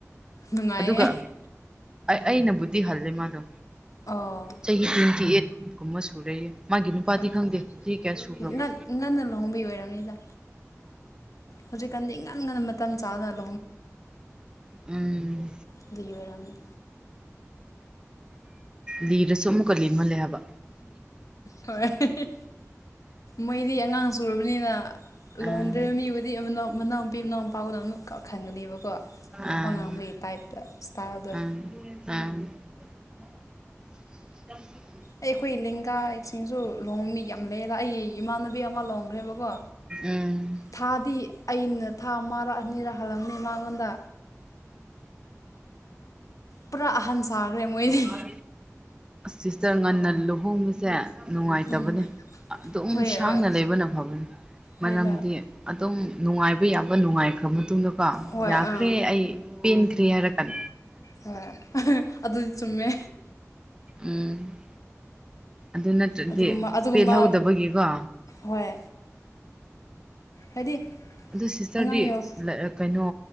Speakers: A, on the left (about 85°); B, on the right (about 15°).
A: ꯅꯨꯡꯉꯥꯏꯌꯦ
B: ꯑꯗꯨꯒ ꯑꯩꯅꯕꯨꯗꯤ ꯍꯜꯂꯦ ꯃꯥꯗꯣ
A: ꯑꯣ
B: ꯆꯍꯤ ꯇ꯭ꯋꯦꯟꯇꯤ ꯑꯩꯠ ꯀꯨꯝꯕ ꯁꯨꯔꯦꯌꯦ ꯃꯥꯒꯤ ꯅꯨꯄꯥꯗꯤ
A: ꯑꯣ
B: ꯈꯪꯗꯦ ꯆꯍꯤ ꯀꯌꯥ ꯁꯨꯈ꯭ꯔꯕ
A: ꯉꯟ ꯉꯟꯅ ꯂꯨꯍꯣꯡꯕꯒꯤ ꯑꯣꯏꯔꯝꯅꯤꯗ ꯍꯧꯖꯤꯛꯀꯥꯟꯗꯤ ꯏꯉꯥꯟ ꯉꯥꯟꯅ ꯃꯇꯝ ꯆꯥꯗꯕ
B: ꯎꯝ
A: ꯑꯗꯨꯒꯤ ꯑꯣꯏꯔꯝꯅꯤ
B: ꯂꯤꯔꯁꯨ ꯑꯃꯨꯛꯀ ꯂꯤꯃꯜꯂꯦ ꯍꯥꯏꯕ
A: ꯍꯣꯏ ꯍꯦ ꯍꯦ ꯃꯣꯏꯗꯤ ꯑꯉꯥꯡ ꯁꯨꯔꯕꯅꯤꯅ ꯂꯨꯍꯣꯡꯗ꯭ꯔꯤꯕ
B: ꯑꯥ
A: ꯃꯤꯕꯨꯗꯤ ꯑꯃ ꯃꯅꯥꯎꯄꯤ ꯃꯅꯥꯎꯄꯥꯒꯨꯝꯅ ꯑꯗꯨꯝꯈꯛ ꯈꯟꯒꯅꯤꯕ ꯀꯣ
B: ꯑꯥ
A: ꯋꯥꯉꯥꯡꯕꯒꯤ ꯇꯥꯏꯞꯇ ꯏꯁꯇꯥꯏꯜꯗꯣ
B: ꯑꯥ ꯑꯥ <unintelligible>
A: ꯑꯦ ꯑꯩꯈꯣꯏ ꯂꯤꯡꯒꯥꯁꯤꯡꯁꯨ ꯂꯨꯍꯣꯡ ꯃꯤ ꯌꯥꯝ ꯂꯩꯌꯦꯗ ꯑꯩ ꯏꯃꯥꯟꯅꯕꯤ ꯑꯃ ꯂꯨꯣꯡꯈ꯭ꯔꯦꯕꯀꯣ
B: ꯎꯝ
A: ꯊꯥꯗꯤ ꯑꯩꯅ ꯊꯥ ꯑꯃꯔꯛ ꯑꯅꯤꯔꯛ ꯍꯜꯂꯝꯅꯤ ꯃꯉꯣꯟꯗ ꯄꯨꯔꯥ ꯑꯍꯟ ꯁꯥꯈ꯭ꯔꯦ ꯃꯣꯏꯗꯤ
B: ꯑꯥ ꯁꯤꯁꯇꯔ ꯉꯟꯅ ꯂꯨꯍꯣꯡꯕꯁꯦ ꯅꯨꯡꯉꯥꯏꯇꯕꯅꯦ
A: ꯎꯝ
B: ꯑꯗꯨꯝ
A: ꯍꯣꯏ
B: ꯁꯥꯡꯅ
A: ꯍꯣꯏ
B: ꯂꯩꯕꯅ ꯐꯕꯅꯤ ꯃꯔꯝꯗꯤ
A: ꯍꯣꯏꯗ
B: ꯑꯗꯨꯝ ꯅꯨꯡꯉꯥꯏꯕ ꯌꯥꯕ ꯅꯨꯡꯉꯥꯏꯈ꯭ꯔ ꯃꯇꯨꯡꯗꯀꯣ
A: ꯍꯣꯏ
B: ꯌꯥꯈ꯭ꯔꯦ
A: ꯑꯥ
B: ꯑꯩ ꯄꯦꯟꯈ꯭ꯔꯦ ꯍꯥꯏꯔꯀꯟ
A: ꯍꯣꯏ ꯍꯥ ꯑꯗꯨꯗꯤ ꯆꯨꯝꯃꯦ
B: ꯎꯝ ꯑꯗꯨ ꯅꯠꯇ꯭ꯔꯗꯤ
A: ꯑꯗꯨꯒꯨꯝꯕ ꯑꯗꯨꯒꯨꯝꯕ
B: ꯄꯦꯜꯍꯧꯗꯕꯒꯤꯀꯣ
A: ꯍꯣꯏ ꯍꯥꯏꯗꯤ
B: ꯑꯗꯨ ꯁꯤꯁꯇꯔꯗꯤ
A: ꯑꯉꯥꯡ ꯌꯥꯎ
B: ꯀꯩꯅꯣ